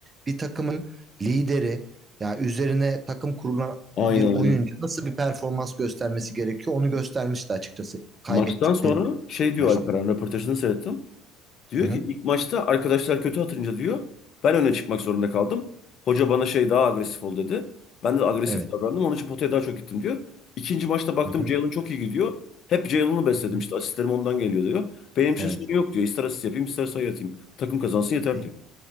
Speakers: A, on the right; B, on the left.
A: bir takımın lideri ya üzerine takım kurulan
B: Aynen
A: bir oyuncu
B: aynen.
A: nasıl bir performans göstermesi gerekiyor onu göstermişti açıkçası kaybettiklerini
B: Maçtan sonra şey diyor
A: maçta.
B: Alperen röportajını seyrettim. Diyor
A: Hı hı.
B: ki ilk maçta arkadaşlar kötü atınca diyor ben öne çıkmak zorunda kaldım. Hoca bana şey daha agresif ol dedi. Ben de agresif
A: Evet.
B: davrandım onun için potaya daha çok gittim diyor. İkinci maçta baktım
A: Hı hı.
B: Jalen çok iyi gidiyor. Hep Jalen'ı besledim
A: Hı hı.
B: işte asistlerim ondan geliyor diyor. Benim için
A: Evet.
B: sorun yok diyor. İster asist yapayım ister sayı atayım. Takım kazansın yeter
A: E,
B: diyor.